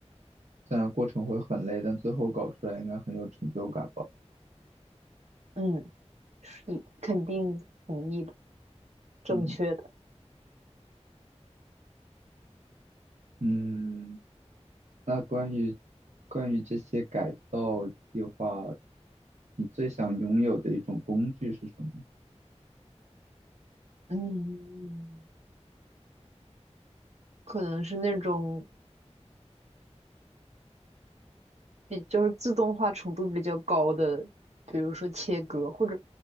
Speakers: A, on the right; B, on the right.
A: 虽然过程会很累，但最后搞出来应该很有成就感吧。
B: 嗯，是肯定同意的，正确的，
A: 嗯嗯，那关于关于这些改造计划，你最想拥有的一种工具是什么？
B: 嗯。可能是那种比就是自动化程度比较高的，比如说切割，或者